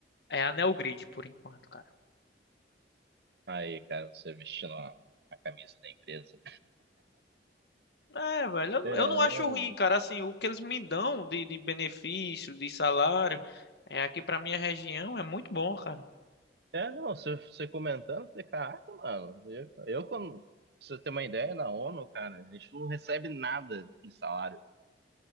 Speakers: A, on the left (about 65°); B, on the right (about 65°).
A: é a Neogrid, por enquanto, cara.
B: Aí, cara, você vestindo a, a camisa da empresa.
A: É, velho, eu,
B: É,
A: eu não acho ruim, cara. Assim, o que eles me dão de, de benefício, de salário, é aqui pra minha região é muito bom, cara.
B: é não, você, você comentando, eu falei, caraca, mano, eu, eu quando, pra você ter uma ideia, na ONU, cara, a gente não recebe nada de salário.